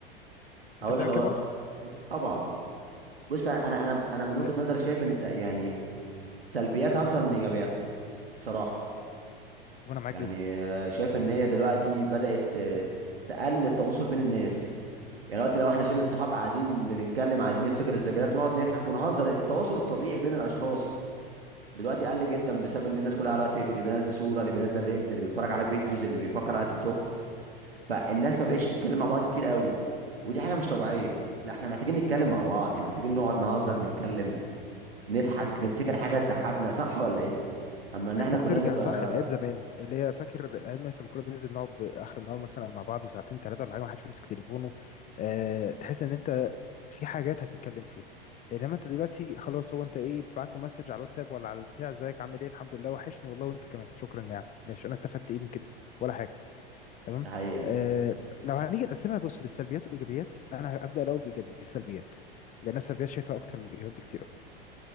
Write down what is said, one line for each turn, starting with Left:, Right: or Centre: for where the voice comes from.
Right: هقول
Left: انت بتعمل
Right: لك اول
Left: كده برضو
Right: طبعا بص انا انا انا من
Left: آه
Right: وجهه نظري شايف ان الت- يعني سلبياتها اكتر من ايجابياتها بصراحه
Left: وانا معاك
Right: يعني
Left: جدا
Right: آه، شايف ان هي دلوقتي بدات آه، تقلل التواصل بين الناس يعني دلوقتي لو احنا شله صحاب قاعدين بنتكلم عايزين نفتكر الذكريات ونقعد نضحك ونهزر التواصل الطبيعي بين الاشخاص دلوقتي قل جدا بسبب ان الناس كلها على واتساب اللي بينزل صوره اللي بينزل ريلز اللي بيتفرج على فيديوز اللي بيفكر على تيك توك فالناس ما
Left: مم.
Right: بقتش تتكلم مع بعض كتير قوي ودي حاجه مش طبيعيه لا احنا محتاجين نتكلم مع بعض يعني محتاجين نقعد نهزر نتكلم نضحك نفتكر حاجه تضحكنا صح ولا ايه اما ان
Left: محتاج
Right: احنا كلنا
Left: ترجع
Right: نبقى
Left: صح لايام زمان اللي هي فاكر ايام مثلا لما كنا بننزل نقعد اخر النهار مثلا مع بعض ساعتين ثلاثه ولا حاجه ما حدش بيمسك تليفونه آه تحس ان انت في حاجات هتتكلم فيها انما انت دلوقتي خلاص هو انت ايه بتبعت له مسج على الواتساب ولا على البتاع ازيك عامل ايه الحمد لله وحشني والله وانت كمان شكرا يا عم ماشي انا استفدت ايه من كده ولا حاجه تمام
Right: دي حقيقه
Left: آه لو هنيجي نقسمها بص للسلبيات والايجابيات انا هبدا الاول بايجابي بالسلبيات لان السلبيات شايفها اكتر من الايجابيات بكتير أوي.